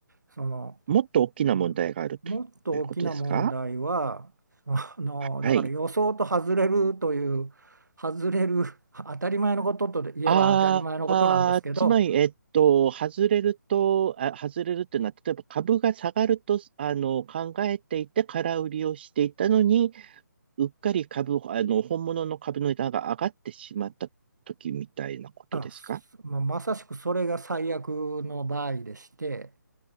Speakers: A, on the right; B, on the right.
A: その、
B: もっと大きな問題があるとということですか
A: うん、もっと大きな問題はそのだから予想と外れるという外れる当たり前のことと言えば当たり前のことなんですけど。
B: はい。あーあー、つまり、えっと、外れると、あ、外れるっていうのは、例えば株が下がると、あの、考えていて空売りをしていたのに、うっかり株、あの、本物の株の値段が上がってしまった時みたいなことですか
A: あ、すまあまさしくそれが最悪の場合でして、